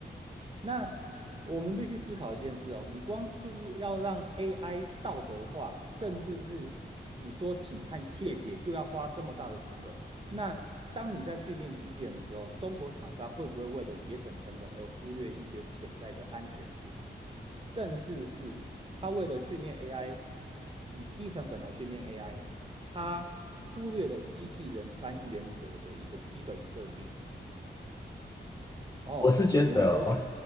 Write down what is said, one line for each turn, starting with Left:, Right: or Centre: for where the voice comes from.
Right: 那我们必须思考一件事哦，你光说是要让 AI 道德化，甚至是只说请和谢谢，就要花这么大的成本。那当你在训练机器人的时候，中国厂商会不会为了节省成本而忽略一些潜在的安全性，甚至是他为了训练 AI，以低成本来训练 AI，他忽略了机器人三原则的一个基本设定哦，
Left: 我是觉得哦，
Right: 因为我